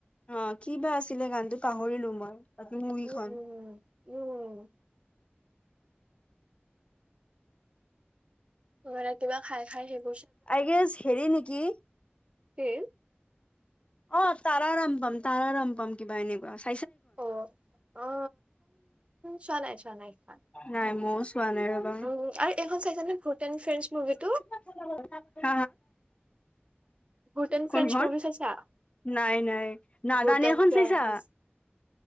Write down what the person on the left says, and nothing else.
অ ক বা আছিলে গানতো পাহৰিলো মই তাকে মুভি
খ
আই গেছ হেৰি নেকি?
অ তাৰা ৰাম পাম তাৰা ৰাম পাম কিবা এনেকুৱা আ
নাই মইও চোৱা নাই ৰবা
<inaudible>
কোনখন
নাই নাই নাজানি
এখন
চাইছা।